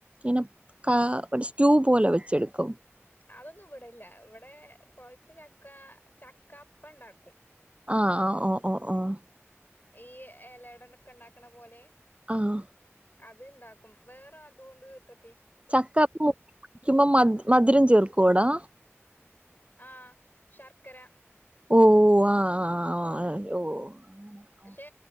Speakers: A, on the right (about 25°); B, on the left (about 40°).
A: ഇനെ കാ ഒരു സ്റ്റൂ പോലെ വെച്ചെടുക്കും
B: അതൊന്നും ഇവിടെല്ല ഇവിടെ പോയിത്ത് ചക്ക ചക്കപ്പണ്ടാക്കും
A: ആഹ് ആഹ് ഓഹ് ഓഹ് ഓഹ്
B: ഈ ഇലടണ്ടൊക്കെ ണ്ടാക്കണ പോലെ
A: ആഹ്
B: അത്ണ്ടാക്കും വേറെ അതുകൊണ്ട് ട്രി
A: ചക്കപ്പ ക്കുമ്പോ മ മധുരം ചേർക്കോടാ
B: ആഹ് ശർക്കര
A: ഓഹ് ആഹ് ആഹ് ആഹ് ആഹ് ഓഹ്
B: ക്ഷെ